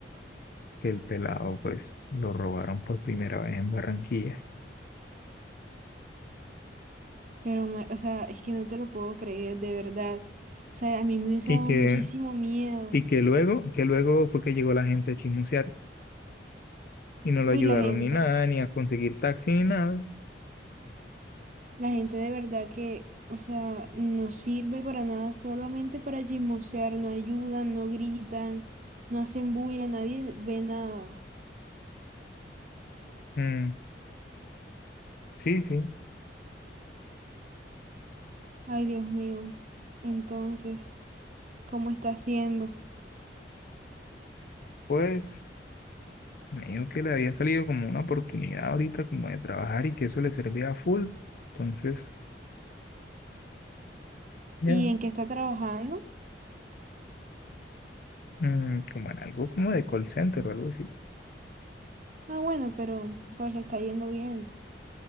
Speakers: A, on the left; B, on the right.
A: que el pelado pues lo robaron por primera vez en Barranquilla.
B: Pero, ma- o sea, es que no te lo puedo creer, de verdad. O sea, a mí me hubiese
A: Y
B: dado
A: que,
B: muchísimo miedo.
A: y que luego, que luego fue que llegó la gente a chismosear y no lo
B: Uy,
A: ayudaron
B: la gente,
A: ni nada, ni a conseguir taxi ni nada.
B: la gente de verdad que, o sea, no sirve para nada, solamente para chismosear, no ayudan, no gritan, no hacen bulla, nadie ve nada.
A: Mm, sí, sí,
B: Ay, Dios mío. Entonces, ¿cómo está haciendo?
A: pues me dijo que le había salido como una oportunidad ahorita como de trabajar y que eso le servía a full. Entonces, ya,
B: ¿Y en qué está trabajando?
A: mm, como en algo como de call center o algo así.
B: Ah, bueno, pero pues le está yendo bien.